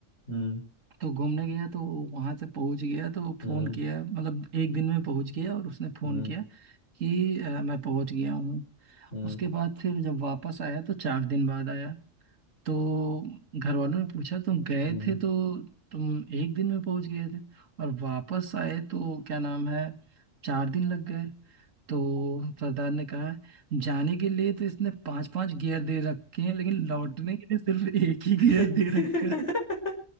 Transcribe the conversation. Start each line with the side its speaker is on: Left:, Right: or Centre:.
Left: हम्म,
Right: तो घूमने गया तो वहां से पहुंच गया तो फोन
Left: हम्म,
Right: किया मतलब एक दिन में पहुंच गया और उसने फोन
Left: हम्म,
Right: किया कि अ, मैं पहुंच गया हूँ
Left: हम्म,
Right: उसके बाद फिर जब वापस आया तो चार दिन बाद आया तो घर वालों ने पूछा तुम
Left: हम्म,
Right: गए थे तो तुम एक दिन में पहुंच गए थे और वापस आए तो क्या नाम है चार दिन लग गए तो सरदार ने कहा जाने के लिए तो इसने पांच पांच गियर दे रखे हैं लेकिन लौटने के लिए सिर्फ एक ही गियर
Left: हम्म।
Right: दे रखा है
Left: <laughs>